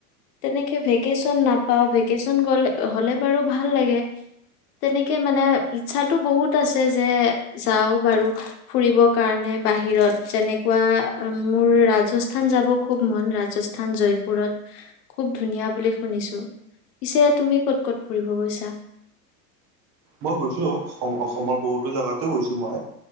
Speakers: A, on the left; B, on the right.
A: তেনেকে ভেকেচন নাপাও ভেকেচন গলে হলে বাৰু ভাল লাগে তেনেকে মানে ইচ্ছাত। বহুত আছে যে যাও বাৰু ফুৰিব কাৰণে বাহিৰত যেনেকুৱা মোৰ ৰাজস্থান যাব খুব মন ৰাজস্থান জয়পুৰত খুব ধুনীয়া বুলি শুনিছো পিছে তুমি ক'ত ক'ত ফুৰিব গৈছা।
B: মই গৈছো অসম অসমৰ বহুতো জেগাতে গৈছোঁ। মই